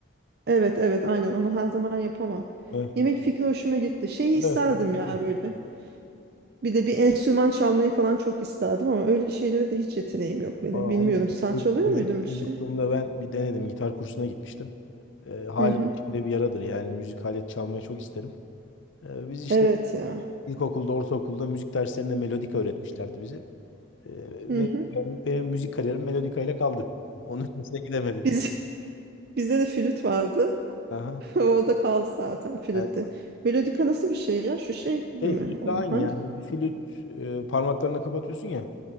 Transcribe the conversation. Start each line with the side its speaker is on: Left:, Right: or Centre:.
Right: Evet evet aynen onu her zaman yapamam.
Left: Evet.
Right: Yemek fikri hoşuma gitti. Şeyi
Left: Evet.
Right: isterdim
Left: Onu, biliyorum.
Right: ya böyle. Bir de bir enstrüman çalmayı falan çok isterdim ama öyle şeylere de hiç yeteneğim yok benim.
Left: Aa,
Right: Bilmiyorum
Left: onu
Right: sen çalıyor
Left: müzik,
Right: muydun bir
Left: çocukluğumda
Right: şey?
Left: ben bir denedim. Gitar kursuna gitmiştim. Ee, hala
Right: Hı hı.
Left: içimde bir yaradır. Yani müzik alet çalmayı çok isterim. Ee, biz işte
Right: Evet ya.
Left: ilkokulda, ortaokulda müzik derslerinde melodika öğretmişlerdi bize. Ee,
Right: Hı
Left: melodika-
Right: hı.
Left: benim müzik kariyerim melodika ile kaldı. Onun ötesine gidemedi.
Right: Biz, <laughs> bizde de flüt vardı.
Left: Aha.
Right: <laughs> O da kaldı zaten flütte.
Left: Evet.
Right: Melodika nasıl bir şey ya? Şu şey gibi
Left: Şey,
Right: mi
Left: flütle
Right: olan
Left: aynı
Right: hangi?
Left: yani. Flüt e, parmaklarına kapatıyorsun ya.